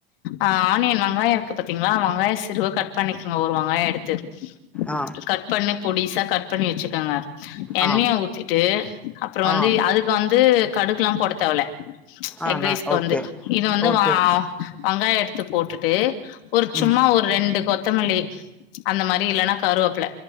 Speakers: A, on the left; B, in the centre.
A: அ ஆனியன் வெங்காயோ இருக்கு பார்த்தீங்களா வெங்காயோ திரும்ப கட் பண்ணிக்கங்க ஒரு வெங்காயோ எடுத்துரு
B: ஆ
A: கட் பண்ணு பொடிசா கட் பண்ணி வச்சிக்கங்க எண்ணய
B: ஆ
A: ஊத்திட்டு அப்புறோ வந்து
B: ஆ
A: அதுக்கு வந்து கடுகெல்லா போடத்தேவல்ல
B: ஆ
A: எக்ரைஸ்க்கு
B: நா ஓகே
A: வந்து இது வந்து
B: ஓகே
A: வா ஒங்காயோ எடுத்து போட்டுட்டு ஒரு
B: ம்
A: சும்மா ஒர் கொத்தமல்லி அந்த மாரி இல்லன்னா கருவப்பல